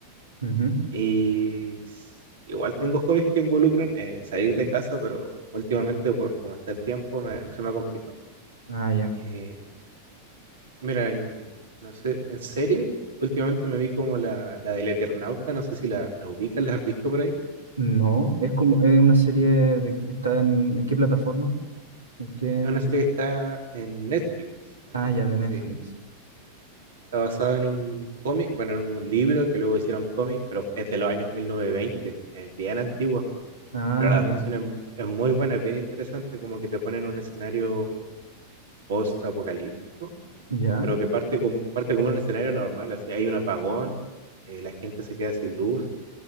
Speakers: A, on the right; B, on the right.
A: Ujú.
B: Y s- igual tengo hobbies que involucran eh, salir de casa, pero últimamente por cómo está el tiempo me- se me ha complicado.
A: Ah, ya.
B: Eh, mira, en, no sé, en series, últimamente me vi como la, la del Eternauta, no sé si la, la ubicas, ¿la has visto por ahí?
A: No. Es como es una serie de está en, ¿en qué plataforma? ¿En qué?
B: Es una serie que está en Netflix. En
A: Ah,
B: Netflix,
A: ya, de Netflix.
B: sí. Está basada en un cómic, bueno, en un libro que luego hicieron cómic, pero es de los años 1920. Es bien antigua.
A: Ah,
B: Pero la adaptación
A: ya.
B: es, mu- es muy buena, es bien interesante, como que te ponen un escenario post-apocalíptico,
A: Ya.
B: pero que parte como, parte como un escenario normal. Así hay un apagón, eh, la gente se queda sin luz